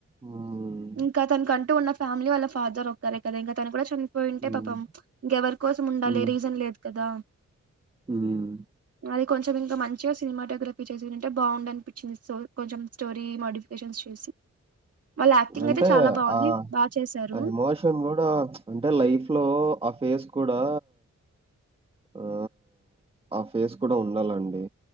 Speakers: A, on the right; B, on the right.
A: ఉమ్
B: ఇంకా తన ఉన్న ఫ్యామిలీ వాళ్ళ ఫాదర్ ఒక్కరే కదా ఇంకా తను కూడా చనిపోయి అంటే
A: ఉమ్
B: పాపం ఇంకెవరి కోసం ఉండాలి
A: ఉమ్
B: రీజన్ లేదు కదా
A: ఉమ్
B: అది కొంచెం ఇంకా మంచిగా సినిమాటోగ్రఫీ చేసింటంటే బాగుంది అనిపించింది సో కొంచెం స్టోరీ మాడిఫికేషన్స్ చేసి వాళ్ళ యాక్టింగ్
A: అంటే
B: అయితే చాలా బాగుంది
A: ఆ
B: బాగా చేశారు
A: ఎమోషన్ కూడా అంటే లైఫ్ అట్ లో ఆ ఫేస్ కూడా ఆ ఆ ఫేస్ కూడా ఉండాలండి